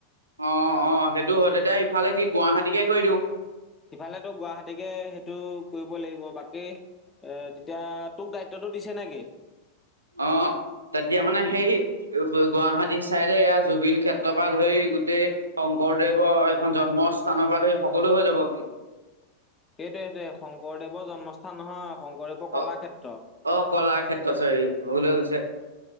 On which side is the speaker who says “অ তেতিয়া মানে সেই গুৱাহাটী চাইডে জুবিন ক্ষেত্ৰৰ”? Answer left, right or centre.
Right